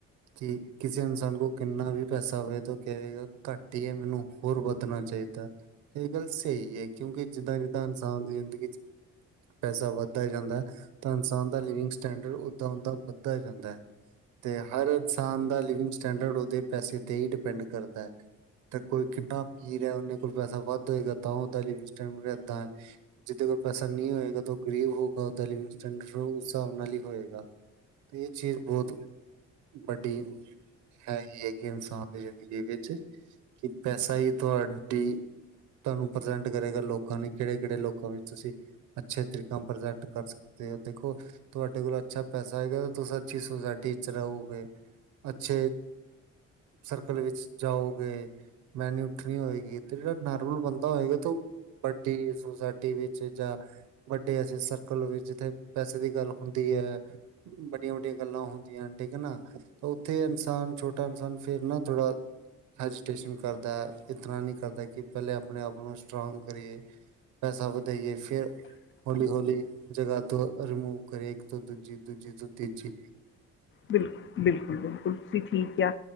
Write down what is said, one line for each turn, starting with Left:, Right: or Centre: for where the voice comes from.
Right: ਕਿ ਕਿਸੇ ਇਨਸਾਨ ਕੋਲ ਕਿੰਨਾ ਵੀ ਪੈਸਾ ਹੋਵੇ, ਤਾਂ ਉਹ ਕਵੇਗਾ ਘੱਟ ਹੀ ਹੈ ਮੈਨੂੰ ਹੋਰ ਵਧਣਾ ਚਾਹੀਦਾ ਇਹ ਗੱਲ ਸਹੀ ਹੈ, ਕਿਉਂਕਿ ਜਿੱਦਾਂ- ਜਿੱਦਾਂ ਇਨਸਾਨ ਦੀ ਜ਼ਿੰਦਗੀ ਚ ਪੈਸਾ ਵੱਧਦਾ ਜਾਂਦਾ ਹੈ ਤਾਂ, ਇਨਸਾਨ ਦਾ ਲਿਵਿੰਗ ਸਟੈਂਡਰਡ ਉਦਾਂ -ਉਦਾਂ ਵੱਧਦਾ ਜਾਂਦਾ ਹੈ। ਤੇ ਹਰ ਇਨਸਾਨ ਦਾ ਲਿਵਿੰਗ ਸਟੈਂਡਰਡ, ਉਹਦੇ ਪੈਸੇ ਤੇ ਹੀ ਡਿਪੈਂਡ ਕਰਦਾ ਹੈ। ਤੇ ਕੋਈ ਕਿੰਨਾ ਅਮੀਰ ਹੈ, ਉਹਦੇ ਕੋਲ ਪੈਸਾ ਵੱਧ ਹੋਏਗਾ, ਤਾਂ ਉਹ ਲੀਵਿੰਗ ਸਟੈੰਡਰਡ ਏਦਾਂ ਹੈ। ਜਿੱਦੇ ਕੋਲ ਪੈਸਾ ਨਹੀਂ ਹੋਏਗਾ, ਤਾਂ ਉਹ ਗ਼ਰੀਬ ਹੋਊਗਾ ਉਹ ਤਾਂ ਉਹਦਾ ਲੀਵਿੰਗ ਸਟੈੰਡਰਡ ਉਸ ਹਿਸਾਬ ਨਾਲ ਹੀ ਹੋਏਗਾ, ਤੇ ਇਹ ਚੀਜ਼ ਬਹੁਤ ਵੱਡੀ ਹੈ ਹੀ ਹੈ ਕਿ, ਇਨਸਾਨ ਦੀ ਜ਼ਿੰਦਗੀ ਵਿੱਚ ਕਿ ਪੈਸਾ ਹੀ ਤੁਹਾਡੀ ਤੁਹਾਨੂੰ, ਪ੍ਰਜੈਂਟ ਕਰੇਗਾ, ਲੋਕਾਂ ਨੇ ਕਿਹੜੇ -ਕਿਹੜੇ ਲੋਕਾਂ ਵਿੱਚ ਤੁਸੀਂ ਅੱਛੇ ਤਰੀਕਾ ਪ੍ਰਜੈਂਟ ਕਰ ਸਕਦੇ ਹੋ। ਦੇਖੋ, ਤੁਹਾਡੇ ਕੋਲ ਅੱਛਾ ਪੈਸਾ ਆਏਗਾ, ਤੁਸੀਂ ਅੱਛੀ ਸੁਸਾਇਟੀ ਚ ਰਹੋਗੇ। ਅੱਛੇ, ਸਰਕਲ ਵਿੱਚ ਜਾਉਗੇ। ਬਹਿਨੀ -ਉੱਠਣੀ ਹੋਏਗੀ, ਤੇ ਜਿਹੜਾ ਨਾਰਮਲ ਬੰਦਾ ਹੋਏਗਾ, ਤੌ ਵੱਡੀ ਸੁਸਾਇਟੀ ਵਿੱਚ ਜਾਂ, ਵੱਡੇ ਅਸੀਂ ਸਰਕਲ ਵਿੱਚ ਜਿੱਥੇ ਪੈਸੇ ਦੀ ਗੱਲ ਹੁੰਦੀ ਹੈ। ਵੱਡੀਆਂ- ਵੱਡੀਆਂ ਗੱਲਾਂ ਹੁੰਦੀਆਂ ਹਨ, ਠੀਕ ਹੈ ਨਾ, ਉੱਥੇ ਇਨਸਾਨ, ਛੋਟਾ ਇਨਸਾਨ ਫਿਰ ਨਾ ਥੋੜਾ ਹੈਜੀਟੇਸ਼ਨ ਕਰਦਾ, ਇਤਨਾ ਨਹੀਂ ਕਰਦਾ ਕਿ ਪਹਿਲੇ ਆਪਣੇ ਆਪ ਨੂੰ ਸਟਰਾਂਗ ਕਰੀਏ। ਪੈਸਾ ਵਧਾਈਏ, ਫੇਰ ਹੌਲੀ ਹੌਲੀ ਜਗ੍ਹਾ ਤੋਂ ਰਿਮੂਵ ਕਰੇ, ਇੱਕ ਤੋਂ ਦੂਜੀ, ਦੂਜੀ ਤੋ ਤੀਜੀ
Left: ਬਿਲਕੁਲ- ਬਿਲਕੁਲ, ਬਿਲਕੁਲ ਤੁਸੀਂ ਠੀਕ ਕਿਹਾ।